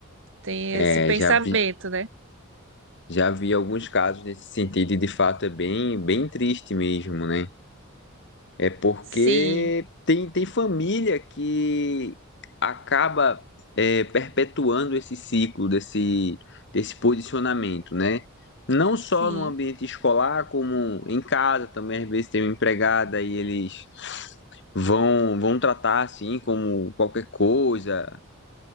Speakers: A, on the right; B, on the left.
A: Tem
B: é,
A: esse pensamento,
B: já vi,
A: né?
B: já vi alguns casos nesse sentido e de fato é bem, bem triste mesmo, né? É porque
A: Sim,
B: tem, tem família que acaba é, perpetuando esse ciclo desse, desse posicionamento, né? Não
A: sim,
B: só no ambiente escolar, como em casa também, às vezes tem uma empregada e eles vão, vão tratar assim como qualquer coisa.